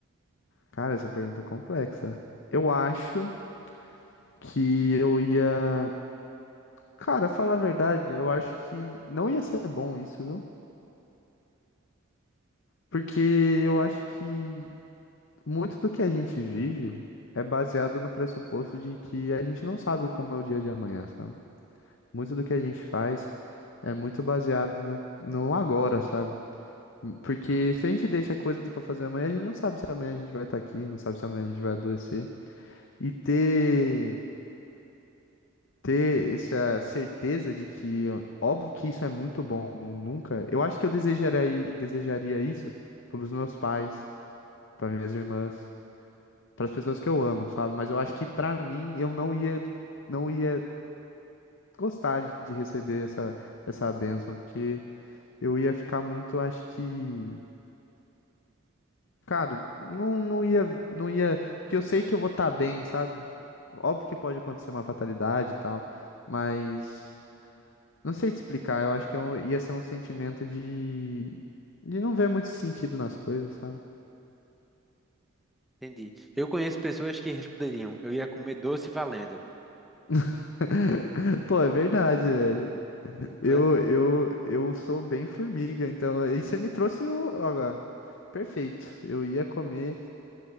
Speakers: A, on the left (about 60°); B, in the centre.
A: Cara, essa pergunta é complexa. Eu acho que eu ia. Cara, falar a verdade, eu acho que não ia ser bom isso, viu? Porque eu acho que muito do que a gente vive é baseado no pressuposto de que a gente não sabe como é o dia de amanhã, sabe? Muito do que a gente faz é muito baseado no, no agora, sabe? Porque se a gente deixa coisas pra fazer amanhã, a gente não sabe se amanhã a gente vai estar aqui, não sabe se amanhã a gente vai adoecer. E ter ter essa certeza de que, ó, óbvio que isso é muito bom, nu- nunca. Eu acho que eu desejaria, desejaria isso pros meus pais, para minhas irmãs, para as pessoas que eu amo, sabe? Mas eu acho que pra mim eu não ia não ia gostar de, de receber essa essa bênção, porque eu ia ficar muito, acho que Cara, não, não ia, não ia, porque eu sei que eu vou estar bem, sabe? Óbvio que pode acontecer uma fatalidade e tal, mas não sei te explicar, eu acho que é um- ia ser um sentimento de de não ver muito sentido nas coisas, sabe?
B: Entendi. Eu conheço pessoas que responderiam, eu ia comer doce valendo,
A: <laughs> Pô, é verdade, velho. Eu,
B: né?
A: eu, eu sou bem formiga, então aí você me trouxe o agora. Perfeito. Eu ia comer